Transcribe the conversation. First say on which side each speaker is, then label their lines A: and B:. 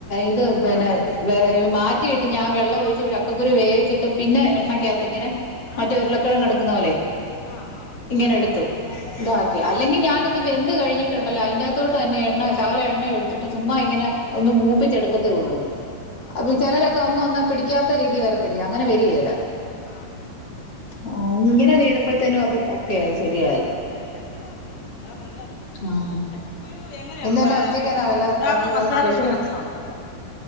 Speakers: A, on the left; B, on the left.
A: ഇത് പിന്നെ
B: ആഹ് അരിയുന്ന
A: മാറ്റി റ്റിട്ട് ഞാൻ വെള്ളം ഒഴിച്ചും ചക്കക്കുരു വേവിച്ചിട്ടും പിന്നെ
B: വേവിച്ചിട്ട്
A: എണ്ണക്കകത്തി ഇങ്ങനെ
B: ഉം ഉം
A: മറ്റേ
B: അങ്ങനെ
A: ഉരുളക്കിഴങ്ങ്
B: ചെയ്താലും മതി
A: എടുക്കുന്ന പോലെ
B: ആഹ് ആഹ്
A: ഇങ്ങനെ എടുത്തു ഇതാക്കി
B: ഉം
A: അല്ലെങ്കിൽ ഞാനിത് വെന്ത് കഴിഞ്ഞിട്ടുണ്ടല്ലോ അതിന്റെകത്തോട്ട് തന്നെ എണ്ണ ശകലം എണ്ണയൊഴിച്ചിട്ട് ചുമ്മ ഇങ്ങനെ ഒന്ന് മൂപ്പിച്ചെടുക്കത്തേ
B: ഉം
A: ഉള്ളൂ
B: ആഹ്
A: അപ്പൊ ചിലരൊക്കെ
B: അങ്ങനെയല്ലേ
A: ഒന്ന് ഒന്ന് പിടിക്കാത്ത രീതി വര
B: ആ
A: ത്തില്ലേ അങ്ങനെ വരികേല
B: വരും വരും ആഹ് ആഹ് ആഹ്
A: ഓഹ്
B: ആഹ്
A: ഇങ്ങനെ
B: അത് അങ്ങനെ
A: ചെയ്തപ്പോഴത്തേനും
B: ചെയ്യും
A: അത് ഓക്കെ ആയി ശരിയായി
B: ആഹ് അങ്ങനെ ചെയ്താ മതി ഇതാ നല്ലത്
A: ആഹ്
B: ചക്കക്കുരു എങ്ങനെയാ
A: ഇന്നന്നാ
B: ഫ്ര-
A: ഉച്ചക്കന്നാ
B: മറ്റേ
A: വല്ല
B: സാധാരണ
A: കറി
B: മസാല
A: വല്ല സ്പെഷ്യൽ
B: ഇട്ട് വെച്ചതാണോ അതോ